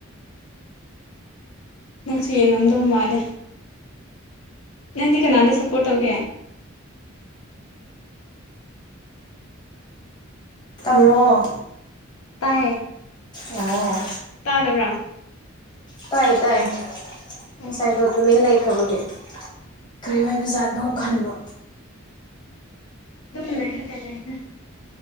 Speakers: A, on the left; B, on the left.
A: ꯅꯪꯁꯨ ꯌꯦꯡꯉꯝꯗꯧ ꯃꯥꯜꯂꯦ ꯅꯪꯗꯤ ꯀꯅꯥꯗ ꯁꯞꯄꯣꯔꯠ ꯇꯧꯒꯦ
B: ꯇꯕꯔꯣ
A: ꯇꯥꯏꯌꯦ
B: ꯑꯣ
A: ꯇꯥꯗꯕ꯭ꯔꯥ
B: ꯇꯥꯏꯑꯦ ꯇꯥꯏꯑꯦ
A: ꯑꯣ
B: ꯉꯁꯥꯏꯗꯣ ꯇꯨꯃꯤꯟ ꯂꯩꯈ꯭ꯔꯕꯒꯤ ꯀꯔꯤ
A: ꯑꯣ
B: ꯑꯣꯏꯕ ꯖꯥꯠꯅꯣ ꯈꯟꯕ
A: ꯑꯗꯨꯝ ꯂꯩꯔꯒ ꯂꯩꯗꯥ